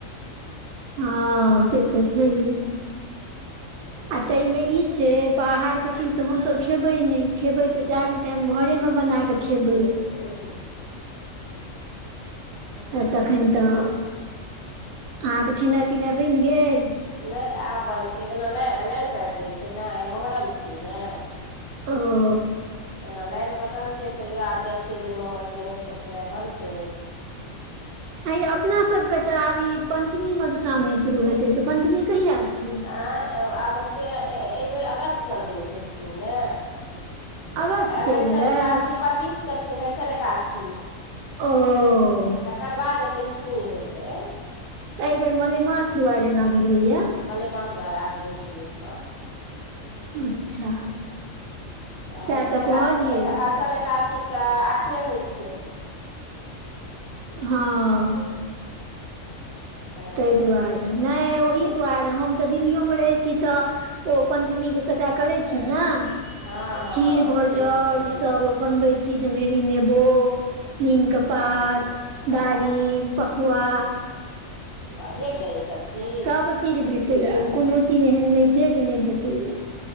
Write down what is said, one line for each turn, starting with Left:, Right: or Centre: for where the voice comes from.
Right: हँ से तऽ छैहे
Left: से
Right: आ
Left: तऽ
Right: ताहि
Left: छै
Right: मे ई छै बाहरके चीज तऽ हमसब खेबै नहि खेबै
Left: नहि
Right: तऽ चारू टाइम घरेमे बनाकऽ खेबै
Left: से तऽ छैहे
Right: तऽ तखैन तऽ अहाँके खेनाइ पिनाइ बनि गेल
Left: नहि आब बनतै एना नहि लाइन काटि दै छै नहि मोहर्रम छियै ने
Right: ह <unintelligible>
Left: एना लाइन कटल छै तैयो आब जाइ छियै जे मोमबत्ती नेस कऽ खेनाइ बनतै
Right: आ अपना सब के ते आब ई पंचमी मधुश्रावणी शुरू हेते से पंचमी कहिया छै
Left: आँय आब हेतै एहिबेर अगस्त चलि गेलै पञ्चमी ने
Right: अगस्त चलि
Left: हरिशन
Right: गेलै
Left: एकासी पच्चीसके छियै हरिशन एकादसी
Right: ओ
Left: आ तकर बाद जे पञ्चमी हेतै
Right: तऽ एहि बेर मलेमास दुआरे एना भेलैया
Left: मलमास दुआरे आगू बढ़ि गेलै एक मास
Right: अच्छा
Left: तऽ
Right: सएह
Left: हरिशन एकाद
Right: कहलियै
Left: हरिशण एकादशीके आठमे होइ छै
Right: हँ
Left: हँ
Right: ताहि दुआरे नहि ओहि
Left: चलू
Right: दुआरे हम तऽ दिल्लीयो मे रहै छी तऽ ओ पंचमी के सटा करै छी ने
Left: हँ हँ
Right: खीर घोरजौर
Left: से तऽ छैहे
Right: ई सब बनबै चीजमेहरी नेबो नीम के
Left: ओ
Right: पात
Left: वाह
Right: दारिम पकुआ
Left: वाह भेट जाइए सब चीज
Right: सभ चीज भेटैया कोनो चीज एहन नहि छै जे नहि भेटैया